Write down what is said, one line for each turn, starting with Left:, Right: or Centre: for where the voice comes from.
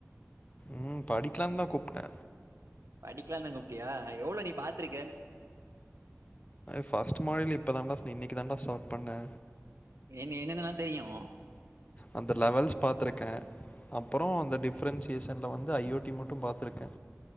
Left: ம் படிக்கலாம்னு தா கூப்டே
Right: படிக்கலாம் தா கூப்டியா எவ்ளோ நீ பாத்துருக்க
Left: ஃபர்ஸ்ட் மாடல் இப்ப தாண்டா இன்னைக்கு தாண்டா ஸ்டார்ட் பண்ணே
Right: என்ன என்னென்னல்லா தெரியும்
Left: அந்த லெவல்ஸ் பாத்திருக்கே அப்பறம் அந்த டிஃப்ரென்சியேஷன்ல வந்து ஐ ஓ டி மட்டும் பாத்திருக்கே